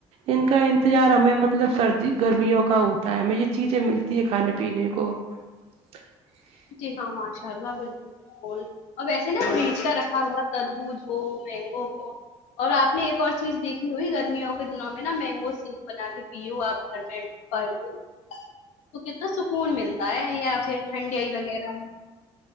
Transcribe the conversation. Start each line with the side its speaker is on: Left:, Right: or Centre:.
Right: ان کا انتظار ہمیں مطلب سردی گرمیوں کا ہوتا ہے ہمیں یہ چیزیں ملتی ہے کھانے پینے کو <unintelligible>
Left: جی ہاں ماشاء اللہ بالکل بالکل اور ویسے نا فریج کا رکھا ہوا تربوز ہو مینگو ہو اور آپ نے ایک اور چیز دیکھی ہوئی گرمیوں کے دنوں میں نا مینگو سک بنا کے پو آپ تھڈڈ پر ڈے تو کتنا سکون ملتا ہے یہ آپ ٹھڈی آئی وغیرہ